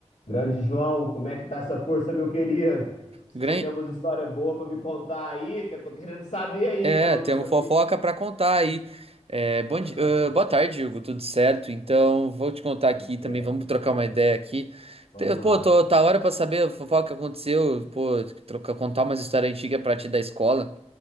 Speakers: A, on the left; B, on the right.
A: Grande João, como é que tá essa força, meu querido? Diz
B: Gran-
A: que você tem umas histórias boas pra me contar aí, que eu tô querendo saber aí,
B: É,
A: aquela última
B: temos fofoca
A: vez.
B: para contar aí. É, bom
A: Ah,
B: di- ah, boa tarde, Hugo, tudo certo? Então, vou te contar aqui
A: Tudo certo,
B: também, vamos
A: tudo
B: trocar
A: certo.
B: uma ideia aqui.
A: Vamos
B: Te- Pô,
A: lá.
B: tô, tá hora para saber a fofoca que aconteceu, pô, trocar, contar umas histórias antigas pra ti da escola.